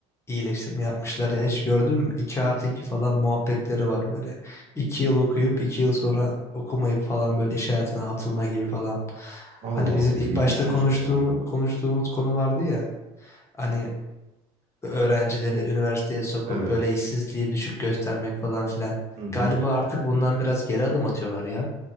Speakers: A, on the left; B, on the right.
A: iyileştirme yapmışlar ya hiç gördün mü? 2 artı 2 falan muhabbetleri var böyle. 2 yıl okuyup 2 yıl sonra okumayıp falan böyle iş hayatına atılma gibi falan.
B: Allah
A: Hani bizim
B: Allah
A: ilk
B: ilginçmiş
A: başta konuştuğumuz,
B: o da.
A: konuştuğumuz konu vardı ya. Hani öğrencileri üniversiteye sokup
B: Evet.
A: böyle işsizliği düşük göstermek falan filan.
B: Hı hı.
A: Galiba artık bundan biraz geri adım atıyorlar ya.